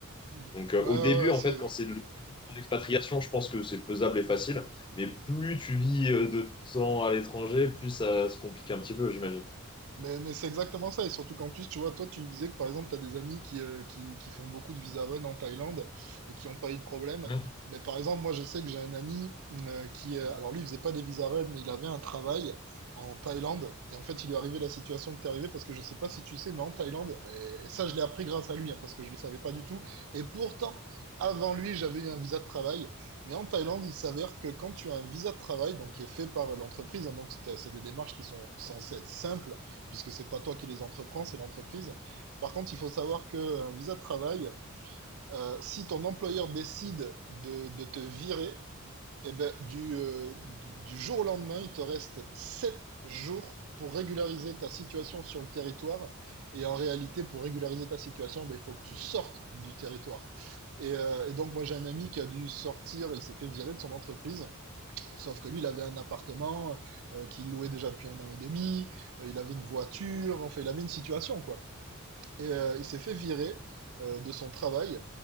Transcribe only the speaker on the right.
Ouais,
ouais,
ouais,
c'est...
Mais, mais c'est exactement ça. Et surtout qu'en plus, tu vois, toi, tu me disais que par exemple, tu as des amis qui, euh, qui, qui font beaucoup de visa run en Thaïlande et qui n'ont pas eu de problème.
Mais par exemple, moi, je sais que j'ai un ami euh, qui, euh, alors lui, il faisait pas des visa run, mais il avait un travail en Thaïlande. Et en fait, il lui est arrivé la situation que t'es arrivée parce que je sais pas si tu sais, mais en Thaïlande, et, et ça, je l'ai appris grâce à lui, hein, parce que je le savais pas du tout. Et pourtant, avant lui, j'avais eu un visa de travail. Mais en Thaïlande, il s'avère que quand tu as un visa de travail, donc qui est fait par l'entreprise, hein, donc c'est c'est des démarches qui sont censées être simples, puisque c'est pas toi qui les entreprends, c'est l'entreprise. Par contre, il faut savoir qu'un visa de travail, euh, si ton employeur décide de, de te virer, eh ben, du, euh, du jour au lendemain, il te reste sept jours pour régulariser ta situation sur le territoire. Et en réalité, pour régulariser ta situation, ben, il faut que tu sortes du territoire. Et, euh, et donc, moi, j'ai un ami qui a dû sortir, il s'est fait virer de son entreprise. Sauf que lui, il avait un appartement euh, qu'il louait déjà depuis un an et demi, euh, il avait une voiture, enfin, il avait une situation, quoi. Et euh, il s'est fait virer euh, de son travail.